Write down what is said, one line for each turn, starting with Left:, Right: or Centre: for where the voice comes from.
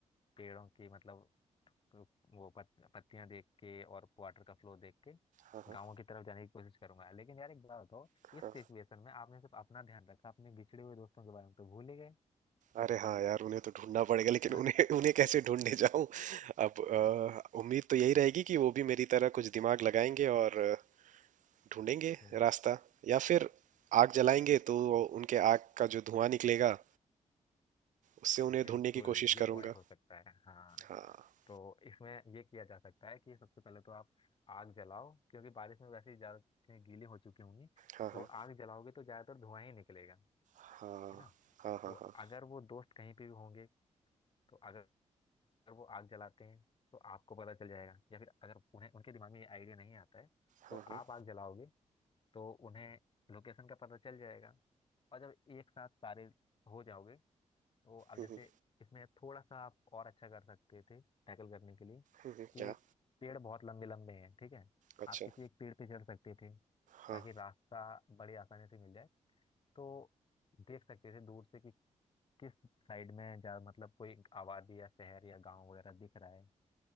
Left: पेड़ों की मतलब तो वो पत, पत्तियां देख के और वाटर का फ्लो देख के
Right: हाँ हाँ
Left: गाँव की तरफ जाने की कोशिश करूंगा लेकिन यार एक बात बताओ
Right: हाँ
Left: इस सिचुएशन में आपने सिर्फ अपना ध्यान रखा अपने बिछड़े हुए दोस्तों के बारे में तो भूल ही गए
Right: अरे हाँ यार उन्हें तो ढूंढना पड़ेगा लेकिन
Left: <laughs>
Right: उन्हें उन्हें कैसे ढूंढने जाऊं अब अ, उम्मीद तो यही रहेगी कि वो भी मेरी तरह कुछ दिमाग लगाएंगे और अ, ढूंढेंगे
Left: हम्म,
Right: रास्ता या फिर आग जलाएंगे तो उनके आग का जो धुआं निकलेगा उससे उन्हें
Left: बिल्कुल
Right: ढूंढने की कोशिश
Left: ये
Right: करूंगा
Left: पॉइंट हो सकता है हाँ
Right: हाँ
Left: तो इसमें ये किया जा सकता है कि सबसे पहले तो आप आग जलाओ क्योंकि बारिश में वैसे ही ज्यादा चीजें गीली हो चुकी होंगी
Right: हाँ
Left: तो
Right: हाँ
Left: आग जलाओगे तो ज्यादातर धुआं ही निकलेगा है
Right: हाँ
Left: ना
Right: हाँ
Left: तो
Right: हाँ हाँ
Left: अगर वो दोस्त कहीं पे भी होंगे तो अगर अगर वो आग जलाते हैं तो आपको पता चल जाएगा या फिर अगर उन्हें उनके दिमाग में ये आइडिया नहीं आता है तो
Right: हाँ हाँ
Left: आप आग जलाओगे तो उन्हें लोकेशन का पता चल जाएगा और जब एक साथ सारे हो जाओगे तो अब जैसे
Right: हाँ
Left: इसमें थोड़ा सा आप और अच्छा कर सकते थे टैकल करने के लिए
Right: हम्म,
Left: कि
Right: क्या
Left: पेड़ बहुत लंबे लंबे हैं ठीक है
Right: अच्छा
Left: आप किसी एक पेड़ पे चढ़ सकते थे
Right: हाँ
Left: ताकि रास्ता बड़ी आसानी से मिल जाए तो देख सकते थे दूर से कि किस साइड में जा मतलब कोई आबादी या शहर या गांव वगैरह दिख रहा है